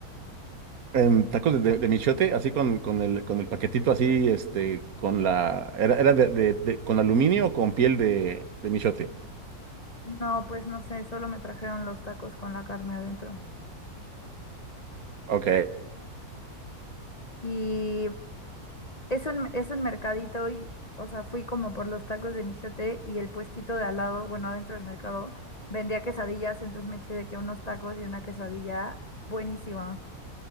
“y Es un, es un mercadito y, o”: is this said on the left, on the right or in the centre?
Left